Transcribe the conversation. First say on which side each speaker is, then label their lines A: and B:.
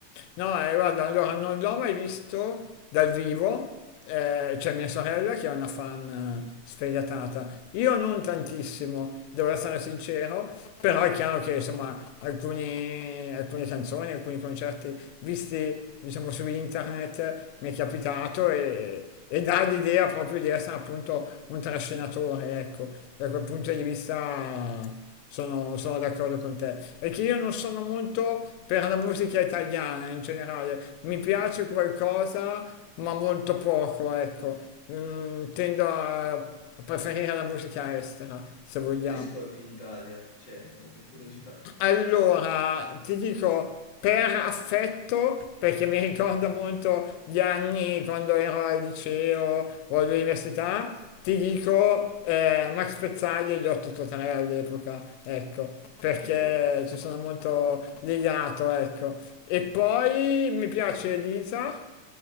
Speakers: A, on the left; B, on the left.
A: No, eh, guarda, allora non l'ho mai visto dal vivo, eh, c'è mia sorella che è una fan eh, sfegatata. Io non tantissimo, devo essere sincero, però è chiaro che insomma alcuni- alcune canzoni, alcuni concerti visti diciamo su internet mi è capitato e, e dà l'idea proprio di essere appunto un trascinatore, ecco, da quel punto di vista sono, sono d'accordo con te. È che io non sono molto per la musica italiana in generale. Mi piace
B: Mm.
A: qualcosa, ma molto poco, ecco. Mm, tendo a, a preferire la musica estera, se vogliamo.
B: Chi ascolti in Italia? Cioè, per curiosità.
A: Allora, ti dico per affetto, perché mi ricorda molto gli anni quando ero al liceo o all'università, ti dico, eh, Max Pezzaglia gli ho totale all'epoca, ecco,
B: Ok.
A: perché ci sono molto legato, ecco. E poi mi piace Elisa,